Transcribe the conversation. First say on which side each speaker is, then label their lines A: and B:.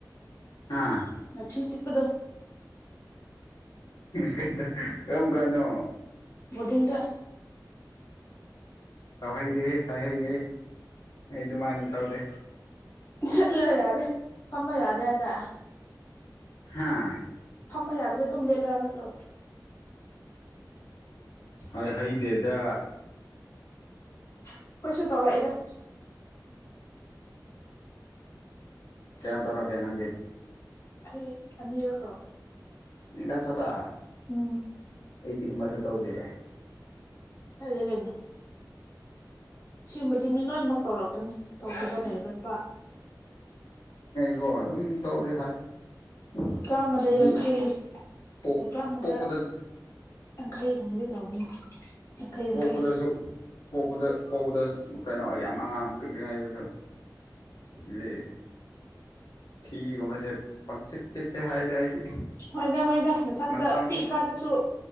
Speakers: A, on the left; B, on the left.
A: ꯍꯥꯥ
B: ꯉ ꯁꯤ ꯆꯄꯗ
A: ꯀ ꯀꯔꯝ ꯀꯥꯟꯅꯣ
B: ꯕꯣꯗꯤꯡꯗ
A: ꯇꯧꯍꯩꯗꯦ ꯍꯥꯏꯍꯩꯗꯦ ꯑꯩ ꯑꯗꯨꯃꯥꯏꯅ ꯇꯧꯗꯦ
B: ꯆꯠꯂꯣ ꯌꯥꯔꯦ ꯐꯝꯕ ꯌꯥꯗꯦ ꯍꯥꯏꯗ
A: ꯍꯥꯥ
B: ꯐꯝꯕ ꯌꯥꯗꯕꯩ ꯑꯗꯨꯝ ꯂꯦꯠꯄ ꯍꯥꯏꯕ ꯅꯠꯇ꯭ꯔꯣ
A: ꯍ ꯍꯩꯗꯦ ꯑ
B: ꯑꯩꯈꯣꯏꯁꯨ ꯇꯧꯔꯛꯏꯗ
A: ꯀꯌꯥꯝ ꯇꯧꯔꯒꯦ ꯅꯪꯗꯤ
B: ꯑ ꯑꯅꯤꯔ
A: ꯂꯤꯂ ꯈꯠꯇ
B: ꯎꯝ
A: ꯑꯩꯗꯤ ꯑꯃꯁꯨ ꯇꯧꯗꯦ
B: ꯐꯔꯦ ꯀꯩꯅꯩꯅꯣ ꯁꯤꯒꯨꯝꯕꯗꯤ ꯃꯤ ꯂꯣꯏꯅꯃꯛ ꯇꯧꯔꯛꯄꯅꯤ ꯇꯧꯗꯕꯅꯦꯣꯏ ꯄ
A: ꯑꯣꯣ ꯑꯗꯨꯝ ꯇꯧꯗꯤꯦ ꯍꯥꯏ ꯑꯗꯨꯗꯤ
B: ꯆꯥꯝꯃꯗ ꯌꯥꯡꯈꯩ
A: ꯄꯣꯛ
B: ꯑꯦ ꯆꯥꯝꯃꯗ
A: ꯄꯣꯛꯄꯗ
B: ꯌꯥꯡꯈꯩꯒꯨꯝꯕꯗꯤ ꯇꯧꯕꯅꯦ ꯌꯥꯡꯈꯩ ꯌꯥꯡꯈꯩ
A: ꯄꯣꯛꯄꯗꯁꯨ ꯄꯣꯛꯄꯗ ꯄꯗ ꯀꯩꯅꯣ ꯌꯥꯝ ꯑꯉꯥꯡ ꯄꯤꯛꯂꯤꯉꯩꯗꯁꯨ ꯍꯥꯏꯗꯤ ꯊ ꯑꯣ ꯃꯁꯦ ꯄꯪꯆ ꯆꯦ ꯍꯥꯏꯗ ꯍꯥꯏꯗꯤ
B: ꯍꯣꯏꯗ ꯍꯣꯏꯗ ꯃꯊꯟꯇ
A: ꯃꯇꯝ
B: ꯄꯤꯛꯏꯀꯥꯟꯗꯁꯨ